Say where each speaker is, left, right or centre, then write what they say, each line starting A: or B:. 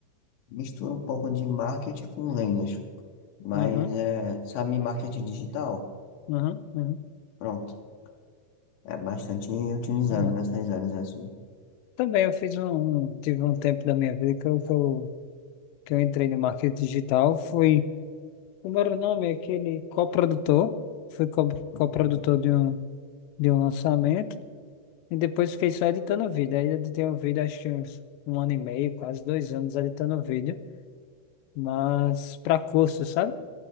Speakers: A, on the left; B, on the left.
A: Misturo um pouco de marketing com vendas, mas,
B: Uhum.
A: é, sabe, marketing digital?
B: Uhum. Uhum.
A: Pronto, é bastante utilizado
B: Legal.
A: nessas áreas assim.
B: Também eu fiz um, um- tive um tempo da minha vida que eu, que eu, que eu entrei no marketing digital. Fui, o meu nome é aquele coprodutor. Fui co-
A: Uhum.
B: coprodutor de um, de um lançamento. E depois fiquei só editando vídeo. Aí editei o vídeo acho que uns um ano e meio, quase dois anos editando vídeo. Mas para curso, sabe?